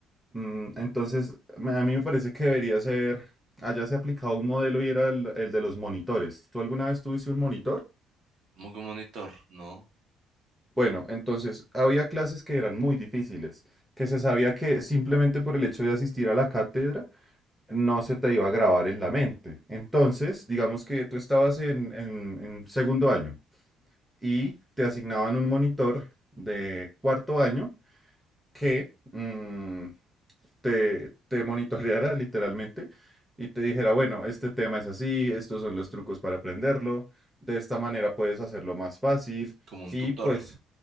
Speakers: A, in the centre; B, on the right.
A: Mm, entonces, me- a mí me parece que debería ser, allá se ha aplicado un modelo y era el, el de los monitores. ¿Tú alguna vez tuviste un monitor?
B: como que un monitor, ¿no?
A: Bueno, entonces había clases que eran muy difíciles, que se sabía que simplemente por el hecho de asistir a la cátedra no se te iba a grabar en la mente. Entonces, digamos que tú estabas en, en- en segundo año y te asignaban un monitor de cuarto año que, mm, te, te monitoreara literalmente y te dijera, bueno, este tema es así, estos son los trucos para aprenderlo, de esta manera puedes hacerlo más fácil
B: Como un
A: y
B: tutor.
A: pues,